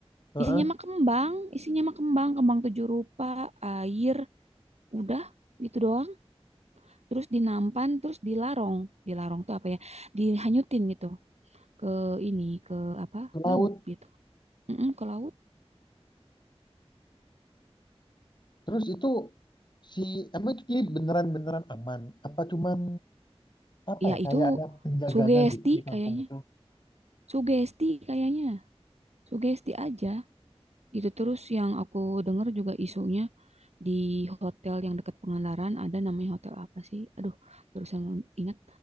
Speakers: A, on the left; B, on the right.
A: Heeh,
B: isinya mah kembang isinya mah kembang kembang tujuh rupa air udah gitu doang terus dinampan terus dilarong dilarong tuh apa ya dihanyutin gitu ke ini ke apa
A: ke laut
B: laut gitu Mm-mm, ke laut
A: terus itu si emang itu jadi beneran beneran aman apa cuman apa
B: ya
A: ya
B: itu
A: kayak ada penjagana
B: sugesti
A: gitu di kampung
B: kayaknya
A: itu
B: sugesti kayaknya sugesti aja gitu terus yang aku dengar juga isunya di hotel yang dekat Pangandaran ada namanya hotel apa sih? Aduh, barusan ingat.